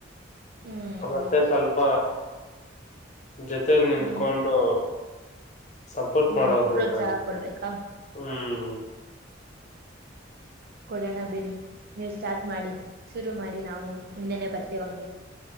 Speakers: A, on the right (about 55°); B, on the left (about 40°).
A: ಹ್ಮ್
B: ಮತ್ತೆ ಸ್ವಲ್ಪ ಜೊತಲಿ ನಿಂತ್ಕೊಂಡು
A: ಹ್ಮ್
B: ಸಪೋರ್ಟ್
A: ಹ್ಮ್
B: ಮಾಡೋರ್
A: ಪ್ರೋತ್ಸಾಹ
B: ಬೇಕಾಗಿತ್ತು
A: ಕೊಡ್ಬೇಕಾ
B: ಹ್ಮ್
A: ಕೊಡೋಣ ಬಿಡಿ ನೀವು ಸ್ಟಾರ್ಟ್ ಮಾಡಿ ಶುರು ಮಾಡಿ ನಾವು ಹಿಂದೆನೆ ಬರ್ತೀವ ಹಂಗೆ